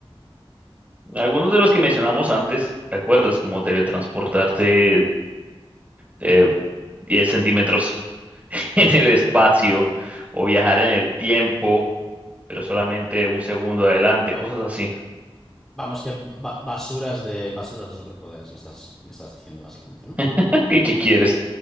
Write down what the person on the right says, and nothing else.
Algunos de los que mencionamos antes, ¿te acuerdas? Como teletransportarte eh, 10 centímetros <laughs> en el espacio o viajar en el tiempo, pero solamente un segundo adelante,
cosas así.
<laughs> ¿Qué, qué quieres?